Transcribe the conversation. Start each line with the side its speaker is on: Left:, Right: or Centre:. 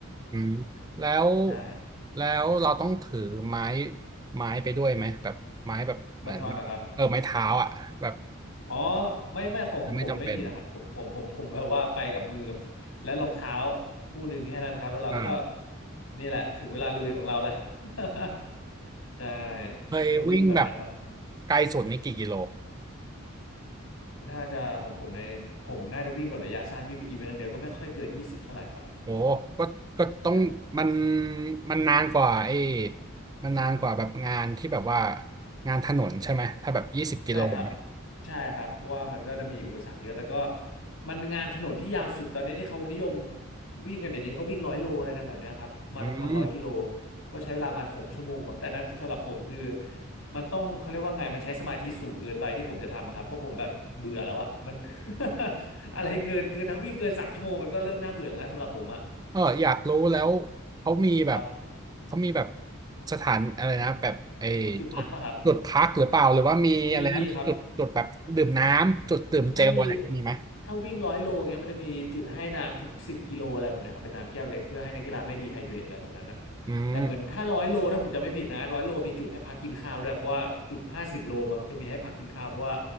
Right: อืมแล้ว
Left: ใช่
Right: แล้วเราต้องถือไม้ไม้ไปด้วยไหมแบบไม้แบบเหมือน
Left: มาราธอนนะครับ
Right: เออไม้เท้าอ่ะแบบ
Left: อ๋อไม่ไม่ของผมไม่มีนะครับผมผมผมผมแบบว่าไปกับมือกับและรองเท้า
Right: ไม่จำเป็น
Left: คู่หนึ่งแค่นั้นครับแล้วเราก็
Right: อ่า
Left: นี่แหละถึงเวลาลุยของเราแล้ว <laughs> ใช่
Right: เคยวิ่งแบบ
Left: ก็จะวิ่งแบบนั้นครับ
Right: ไกลสุดนี่กี่กิโล
Left: น่าจะของผมในผมน่าจะวิ่งแบบระยะสั้นวิ่งเป็นอีเวนต์อย่างเดียวก็ไม่ค่อยเกินยี่สิบเท่าไหร่ครับ
Right: โอ้ก็ก็ต้องมัน
Left: ใช่
Right: มันนานกว่าไอ้มันนานกว่าแบบงานที่แบบว่างานถนนใช่ไหมถ้าแบบยี่สิบกิโลเนี่ย
Left: ใช่ครับใช่ครับ เพราะว่ามันก็จะมีอุปสรรคเยอะแต่ก็มันงานถนนที่ยาวสุดตอนนี้ที่เขานิยมวิ่งกันเดี๋ยวนี้ก็วิ่งร้อยโลอะไรกันแบบเนี้ยครับ มาราธอนร้อยกิโล
Right: อืม
Left: ก็ใช้เวลามันหกชั่วโมงมั้งแต่อันนั้นคือสำหรับผมคือมันต้องเขาเรียกว่าไง มันใช้สมาธิสูงเกินไปที่ผมจะทำอะครับ เพราะผมแบบเบื่อแล้วอะมัน <laughs> อะไรเกินเกินถ้าวิ่งเกินสามชั่วโมงมันก็เริ่มน่าเบื่อแล้วนะสำหรับผมอะ
Right: เอออยากรู้แล้วเขามีแบบ
Left: ครับ
Right: เขามีแบบสถานอะไรนะแบบไอ้จุดจุดพักหรือเปล่าหรือว่ามีอะไรนะมีจุดจุดแบบดื่มน้ำจุดดื่มเจลอะไรมีไหม
Left: ขอจุดพักป่ะครับมีมีครับ ถ้ามีถ้าวิ่งร้อยโลเงี้ยมันจะมีจุดให้น้ำทุกสิบกิโลอะไรแบบเนี้ยครับเป็นน้ำแก้วเล็กเพื่อให้นักกีฬาไม่ดีไฮเดรตอะไรแบบนั้นอะ
Right: อืม
Left: แต่เหมือนถ้าร้อยโลถ้าผมจำไม่ผิดนะร้อยโลมีจุดให้พักกินข้าวด้วยเพราะว่าจุดห้าสิบโลมั้งจะมีให้พักกินข้าวเพราะว่า